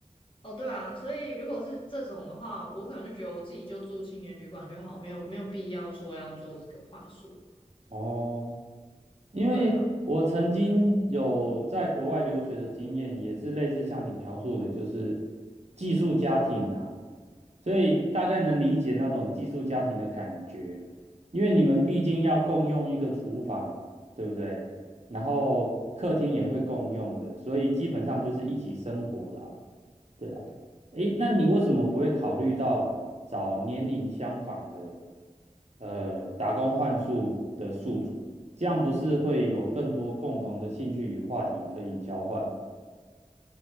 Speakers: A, on the left; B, on the right.
A: 哦，对啊，所以如果是这种的话，我可能就觉得我自己就住青年旅馆就好，没有没有必要说要做这个换宿。
B: 哦，因为我曾经有在国外留学的经验，
A: 对啊。
B: 也是类似像你描述的，就是寄宿家庭呐、所以大概能理解那种寄宿家庭的感觉，因为你们毕竟要共用一个厨房，对不对？然后客厅也会共用的，所以基本上就是一起生活啦。对啊，诶，那你为什么不会考虑到找年龄相仿的，呃，打工换宿的宿主？这样不是会有更多共同的兴趣与话题可以交换吗？